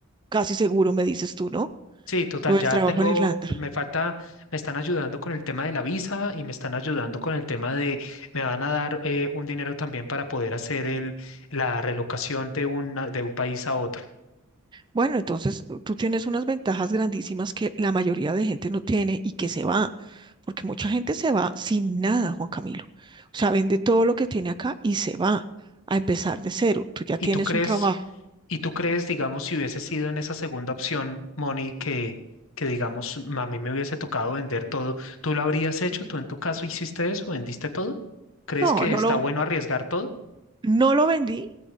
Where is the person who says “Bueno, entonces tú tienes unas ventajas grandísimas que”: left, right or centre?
Right